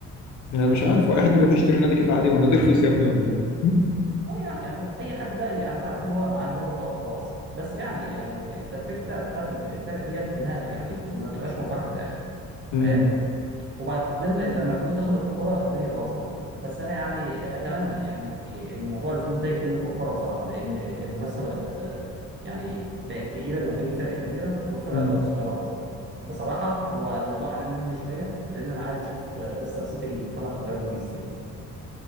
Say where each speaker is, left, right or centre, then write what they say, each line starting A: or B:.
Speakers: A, on the left; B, on the right.
A: انا مش عارف هو اي حد بيروح يشتري نادي كده عادي هو النادي رخيص يا ابني ولا ايه <laughs>
B: اه يعني اهو اي حد بقى يعني انت عارف اللي هو مع الهوجه بقى وخلاص بس يعني يعني انت الفكره بتاعت ال- الفرقه ديت انها يعني ما بتبقاش مربحه في الاخر
A: امم
B: فاهم وبعدين لما الفلوس دخلت الكوره الدنيا باظت بس انا يعني اتمنى يعني ان موضوع الفلوس ده يقل في الكوره بصراحه لان المنافسه بقت آه، يعني بقت تقيله ما بين الفرق الكبيره والفرق
A: امم
B: الصغيره باظت بصراحه هو الموضوع اناني مني شويه لان انا عايز اشوف آه، ليستر سيتي طلع في الدوري الانجليزي تاني